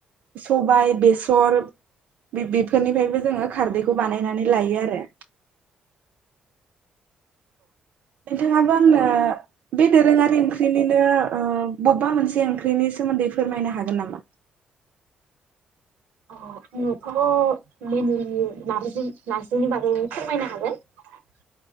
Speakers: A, on the right; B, on the right.
A: सबाय बेसर बे बेफोरनिफ्रायबो जोङो खारदैखौ बानायनानै लायो आरो। नोंथाङाबो आंनो बे दोरोङारि ओंख्रिनिनो ओ बबेबा मोनसे ओंख्रिनि सोमोन्दै फोरमायनो हागोन नामा?
B: <unintelligible> नारजै नारजिनि बागै फोरमायनो हागोन।